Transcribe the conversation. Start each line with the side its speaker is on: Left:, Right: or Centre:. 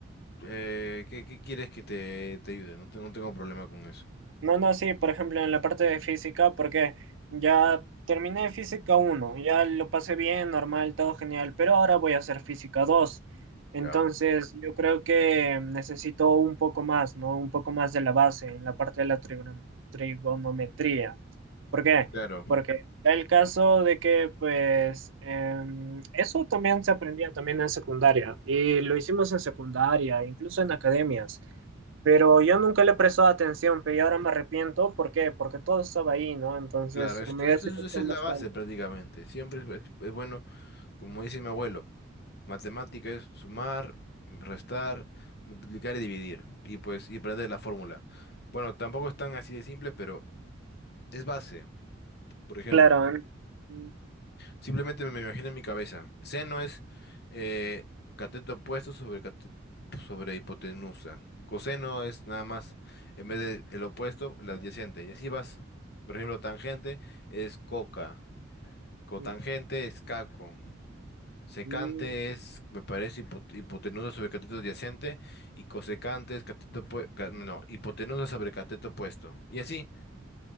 Left: Eh, ¿qué, qué quieres que te, te ayude? No, te- no tengo problema con eso.
Right: No, no, sí, por ejemplo, en la parte de física, porque ya terminé física uno, ya lo pasé bien, normal, todo genial, pero ahora voy a hacer física dos, Entonces,
Left: Ya.
Right: yo creo que necesito un poco más, ¿no? Un poco más de la base en la parte de la trigono- trigonometría. ¿Por qué?
Left: Claro,
Right: Porque da el caso de que, pues, em, eso también se aprendía también en secundaria y lo hicimos en secundaria, incluso en academias. Pero yo nunca le he prestado atención, pero yo ahora me arrepiento. ¿Por qué? Porque todo estaba ahí, ¿no? Entonces
Left: claro,
Right: se
Left: esto,
Right: me hubiese
Left: esto es,
Right: hecho
Left: esa es
Right: más
Left: la base
Right: tarde.
Left: prácticamente. Siempre es, es- es bueno, como dice mi abuelo, matemática es sumar, restar, multiplicar y dividir. Y pues, y aprender la fórmula. Bueno, tampoco es tan así de simple, pero es base. Por ejemplo.
Right: Claro. ¿eh? Mm,
Left: Simplemente me me imagino en mi cabeza. Seno es eh, cateto opuesto sobre, cate- sobre hipotenusa. Coseno es nada más, en vez de el opuesto, el adyacente. Y así vas. Por ejemplo, tangente es coca. Cotangente
Right: mm,
Left: es caco. Secante
Right: mm.
Left: es, me parece, hipo- hipotenusa sobre cateto adyacente. Y cosecante es cateto opue- ca- no, hipotenusa sobre cateto opuesto. Y así.